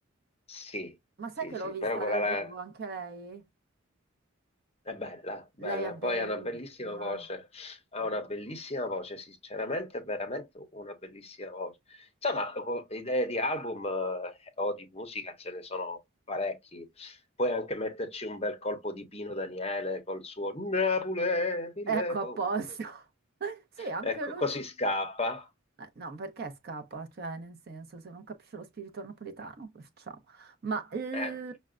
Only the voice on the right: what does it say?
Ma sai
che
l'ho vista
dal
vivo anche lei?
Lei è bellissima.
Bellissima.
Ecco, a
posto. <laughs> Sì, anche
lui.
ci-
Eh, No, perché scappa? Cioè, nel senso, se non capisce lo spirito napoletano, cosa facciamo? Ma il-